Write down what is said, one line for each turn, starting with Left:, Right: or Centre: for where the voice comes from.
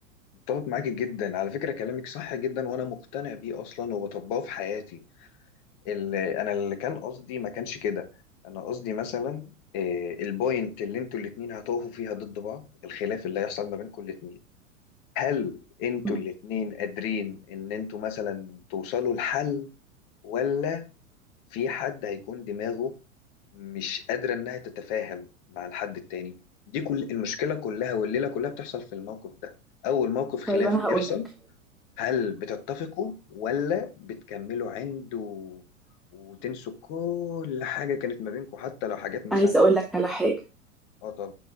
Left: متفق معاك جدا على فكرة كلامك صح جدا وانا مقتنع بيه اصلا وبطبقه في حياتي اللي انا اللي كان قصدي ما كانش كده انا قصدي مثلا آه، البوينت اللي انتوا الاتنين هتقفوا فيها ضد بعض الخلاف اللي هيحصل ما بينكم الاتنين هل انتوا
Centre: مم.
Left: الاتنين قادرين ان انتوا مثلا توصلوا لحل ولا في حد هيكون دماغه مش قادرة انها تتفاهم مع الحد التاني دي كل المشكلة كلها والليلة كلها بتحصل في الموقف ده اول موقف خلاف
Centre: طيب انا هقول
Left: بيحصل
Centre: لك
Left: هل بتتفقوا ولا بتكملوا عنده وتنسوا كل حاجة كانت ما بينكم حتى لو حاجات مثلا
Centre: عايزة اقول لك على حاجة
Left: اه طبعا